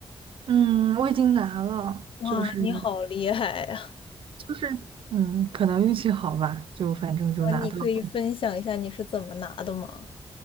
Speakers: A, on the right; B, on the left.
A: 嗯，我已经拿了，
B: 哇，
A: 就是
B: 你好厉害呀
A: 就是，嗯，可能运气好吧，就反正就拿到了。
B: <laughs>！哇，你可以分享一下你是怎么拿的吗？